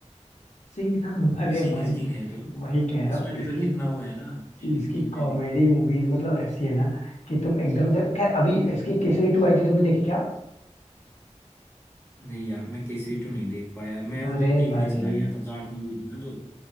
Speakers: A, on the left (about 70°); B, on the left (about 20°).
A: सिंह अरे
B: सिंह
A: भाई
B: इज किंग है जो
A: वही कह रहा
B: उसमें
A: हूँ
B: भी
A: इसकी
B: तो कितना वो है ना सिंह
A: इसकी
B: इज किंग में
A: कॉमेडी
B: भी
A: मूवीज मतलब ऐसी है ना कि तुम एकदम से खैर अभी इसकी केसरी टू आई थी तुमने देखी क्या
B: नहीं यार मैं केसरी टू नहीं देख पाया मैं वो
A: अरे
B: देखने
A: भाई
B: चला गया था जाट मूवी थी ना जो